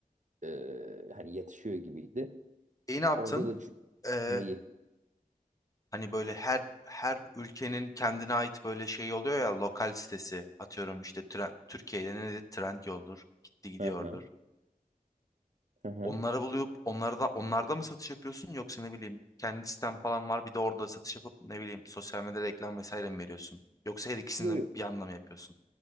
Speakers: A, on the right; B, on the left.
A: e, hani yatışıyor gibiydi.
B: E ne yaptın?
A: Orada da çü-
B: Ee,
A: neyi?
B: hani böyle her her ülkenin kendine ait böyle şey oluyor ya lokal sitesi atıyorum işte Tre- Türkiye'de ne dedi? Trendyol'dur. Gitti gidiyordur.
A: Hı hı. Hı hı.
B: Onları bulup onlarda onlarda mı satış yapıyorsun yoksa ne bileyim kendi sitem falan var bir de orada satış yapıp ne bileyim sosyal medyada reklam vesaire mi veriyorsun? Yoksa her ikisini
A: Yo, yo.
B: de bir anda mı yapıyorsun?